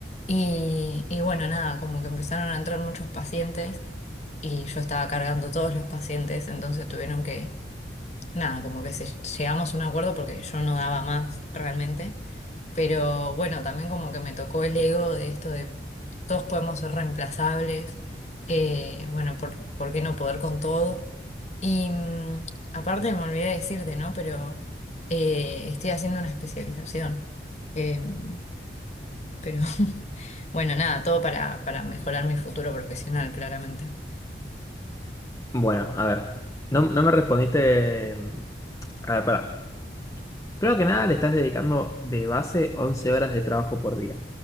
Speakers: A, on the left; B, on the left.
A: Y, y bueno, nada, como que empezaron a entrar muchos pacientes y yo estaba cargando todos los pacientes, entonces tuvieron que, nada, como que se- llegamos a un acuerdo porque yo no daba más realmente. Pero bueno, también como que me tocó el ego de esto de todos podemos ser reemplazables, eh, bueno, por, ¿por qué no poder con todo? Y mm, aparte me olvidé decirte, ¿no? Pero eh, estoy haciendo una especialización. Em, pero <laughs> bueno, nada, todo para, para mejorar mi futuro profesional, claramente.
B: Bueno, a ver, no, no me respondiste... mm, A ver, pará. Primero que nada, le estás dedicando de base 11 horas de trabajo por día,